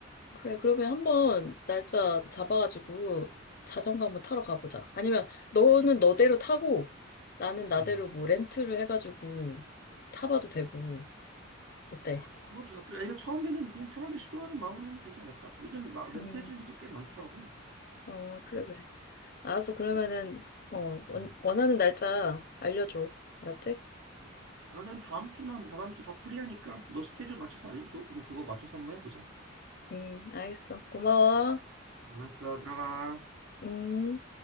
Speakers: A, on the left; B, on the right.
A: 그래, 그러면 한번 날짜 잡아가지고 자전거 한번 타러 가보자. 아니면 너는
B: 좋지, 좋지.
A: 너대로 타고 나는 나대로
B: 음.
A: 뭐 렌트를 해가지고 타봐도 되고, 어때?
B: 응, 맞아. 그것도 나쁘지. 아니, 그 처음에는 그냥 편하게 시도하는 마음으로 하면 되지 않을까? 요즘 막 렌트
A: 음,
B: 해주는 데도 꽤 많더라고.
A: 어, 그래, 그래. 알았어.
B: 음,
A: 그러면은,
B: 뭐,
A: 어, 원,
B: 음.
A: 원하는 날짜 알려줘. 알았지?
B: 뭐, 나는 다음 주나 뭐 다다음 주 다 프리하니까 너 스케줄 맞춰서 알려줘. 그럼 그거 맞춰서 한번 해보자.
A: 음, 알겠어. 고마워.
B: 알았어, 들어가.
A: 음.